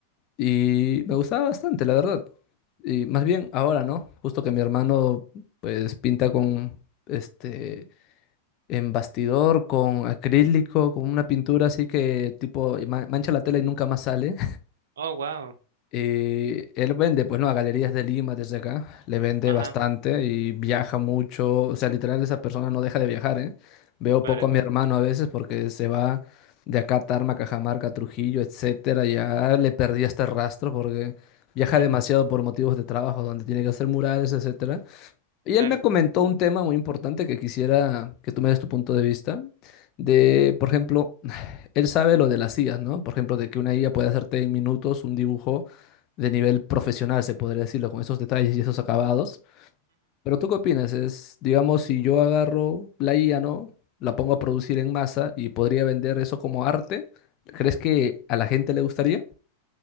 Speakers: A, on the left; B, on the right.
A: Y me gustaba bastante, la verdad. Y más bien ahora, ¿no? Justo que mi hermano pues pinta con este en bastidor, con acrílico, con una pintura así que tipo ma- mancha la tela y nunca más sale.
B: Oh, wow.
A: Y él vende, pues no, a galerías de Lima desde acá, le vende
B: Ajá,
A: bastante y viaja mucho, o sea, literal esa persona no deja de viajar, ¿eh? Veo
B: claro.
A: poco a mi hermano a veces porque se va de acá a Tarma, Cajamarca, Trujillo, etcétera, ya le perdí este rastro porque viaja
B: mm,
A: demasiado por motivos de trabajo, donde tiene que hacer murales, etcétera. Y él
B: Claro.
A: me comentó un tema muy importante que quisiera que tú me des tu punto de vista, de, por ejemplo, <sighs> él sabe lo de las IAs, ¿no? Por ejemplo, de que una IA puede hacerte en minutos un dibujo de nivel profesional, se podría decirlo, con esos detalles y esos acabados. Pero ¿tú qué opinas? Es, digamos, si yo agarro la IA, ¿no? La pongo a producir en masa y podría vender eso como arte, ¿crees que a la gente le gustaría?